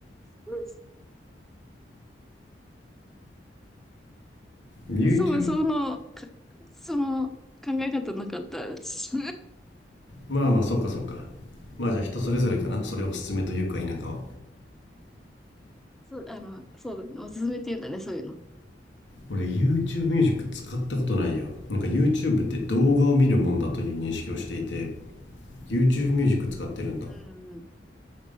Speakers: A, in the centre; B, on the left (about 85°).
A: うん
B: YouTube
A: そう、その、かその考え方なかったです。
B: まあまあそうかそうか
A: <laughs>
B: まあじゃあ人それぞれかなそれをおすすめというか否かは
A: そう、あの、そうだね。おすすめっていうんだね、そういうの。
B: 俺 YouTube ミュージック使ったことないよなんか YouTube って動画を見るもんだという認識をしていて YouTube ミュージック使ってるんだ
A: うん。